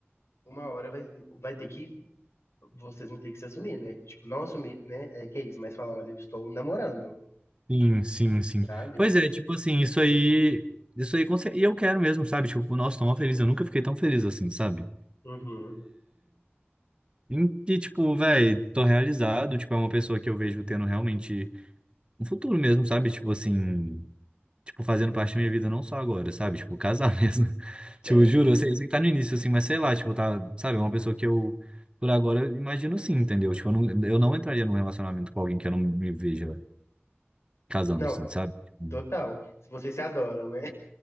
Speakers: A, on the left (about 80°); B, on the right (about 25°).
A: uma hora vai, vai ter que, vocês vão ter que se assumir, né? Tipo, não assumir, né, é, gays, mas falar, olha, eu estou namorando,
B: Sim, sim, sim.
A: sabe?
B: Pois é, tipo assim, isso aí. Isso aí, com cer- e eu quero mesmo, sabe? Tipo, nossa, tô mó feliz. Eu nunca fiquei tão feliz assim, sabe?
A: Uhum,
B: Em que, tipo, velho, tô realizado. Tipo, é uma pessoa que eu vejo tendo realmente um futuro mesmo, sabe? Tipo assim. tipo, fazendo parte da minha vida não só agora, sabe? Tipo, casar <laughs> mesmo.
A: certo.
B: Tipo, juro, eu sei, eu sei que tá no início, assim, mas sei lá, tipo, tá, sabe? É uma pessoa que eu, por agora, eu imagino sim, entendeu? Tipo, eu não, eu não entraria num relacionamento com alguém que eu não me veja casando,
A: Não,
B: assim, sabe? Tipo,
A: Total.
B: <laughs>
A: Se vocês se adoram, né?